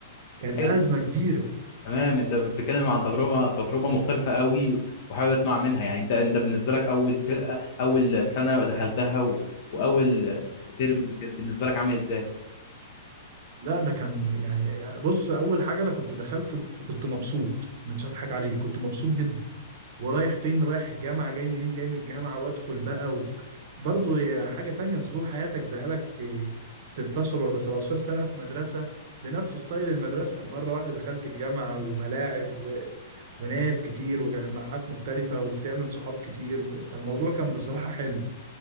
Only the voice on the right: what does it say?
كانت
أزمة كبيرة
لا ده كان يعني بص اول حاجه انا كنت دخلت كنت مبسوط مش هضحك عليك كنت مبسوط جدا ورايح فين رايح الجامعه جاي منين جاي من الجامعه وادخل بقى و... برضه هي حاجه تانية انت طول حياتك بقالك إيه، 16 ولا 17 سنه في مدرسه بنفس ستايل المدرسه مره واحده دخلت جامعه وملاعب و... وناس كتير وجامعات مختلفه وبتعمل صحاب كتير و... فالموضوع كان بصراحه حلو